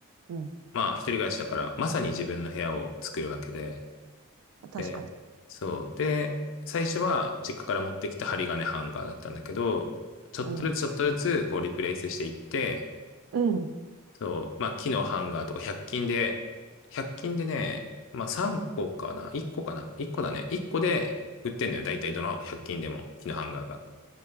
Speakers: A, on the right (about 70°); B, on the left (about 60°).
A: うん。
B: まあ、一人暮らしだから、まさに自分の部屋を作るわけで、
A: 確かに。
B: で、そう。で、最初は、実家から持ってきた針金ハンガーだったんだけど、ちょっとずつちょっとずつ、
A: うん、
B: こう、リプレイスしていって、
A: うん。
B: そう、まあ、木のハンガーとか100均で、100均でね、まあ、3個かな ?1 個かな ?1 個だね。1個で売ってんのよ。大体どの100均でも、木のハンガーが。だ